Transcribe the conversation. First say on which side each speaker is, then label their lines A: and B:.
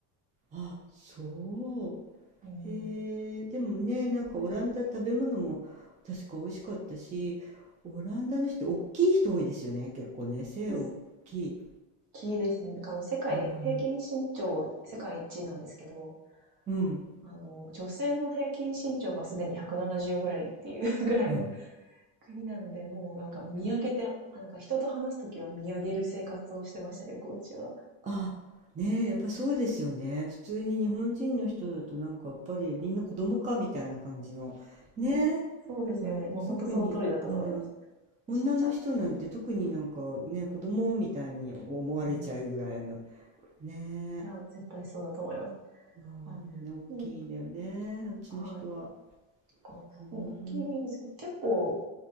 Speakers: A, on the right (about 20°); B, on the right (about 50°).
A: あ、そ
B: うん。
A: う。へえ、でもね、なんかオランダ食べ物も確か美味しかったし、オランダの人、大きい人多いですよね、結構ね、背大きい。
B: ですですね。なんかあの、世界、
A: うん。
B: 平均身長、世界一位なんですけど、
A: うん。
B: あの、女性の平均身長がすでに170ぐらいっていう <laughs> ぐらいの
A: うん。
B: 国なので、もうなんか見上げて、あなんか人と話すときは見上げる生活をしてましたね、旅行中は。
A: あ、ねえ、やっぱそうですよね。普通に日本人の人だとなんかやっぱりみんな子供かみたいな感じの。
B: うん
A: ねえ、
B: そうですよね。
A: うん、
B: もう本当その通りだったと思います。
A: 特に、うん、女の人なんて特になんかね、
B: ちっちゃ。
A: 子供みたいに思われちゃうぐらいの。
B: うん。い
A: ねえ、
B: や、絶対そうだと思います。
A: うん、
B: はい。
A: みんな大きいんだよね、
B: うん、
A: あっちの人は。
B: はい。なんか大きいですよ。
A: うん、
B: 結構、